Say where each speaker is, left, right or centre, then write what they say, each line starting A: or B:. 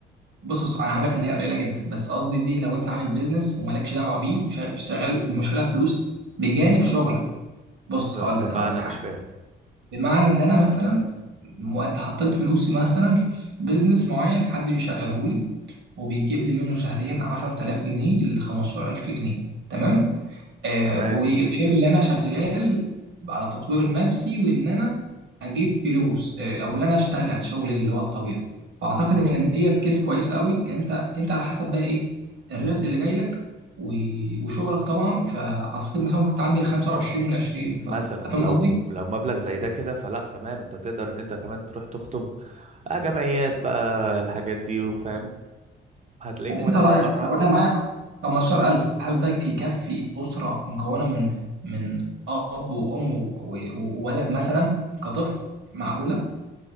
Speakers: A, on the right; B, on the right.
A: بص بص انا عارف اللي هي قليله جدا بس قصدي دي لو انت عامل بيزنس ومالكش دعوه بيه وشغال مشغل فلوس بجانب شغلك بص
B: ب-
A: هقول
B: بمعنى
A: لك هقول لك حاجه
B: مش فاهم
A: بمعنى ان انا مثلا مؤد- حطيت فلوسي مثلا في بيزنس معين حد بيشغله لي وبيجيب لي منه شهريا 10000 جنيه ل 15000 جنيه تمام آه
B: تمام
A: وغير اللي انا شغال على تطوير نفسي وان انا اجيب فلوس آه او ان انا اشتغل شغل اللي هو الطبيعي فاعتقد ان ديت كيس كويسه قوي انت انت على حسب بقى ايه الرزق اللي جاي لك و- وشغلك طبعا فاعتقد مثلا ممكن تعدي ال 25 وال 20 فانت
B: مثلا
A: فاهم
B: لو
A: قصدي؟
B: لو مبلغ زي ده كده فلا تمام انت تقدر ان انت كمان تروح تخطب آه جمعيات بقى الحاجات دي وفاهم هتلاقيك
A: انت
B: مثلا
A: رايك
B: مرة
A: لو
B: واحدة
A: انا معاك 15000 هل ده يكفي اسره مكونه من من اب وام و- و- وولد مثلا كطفل معقوله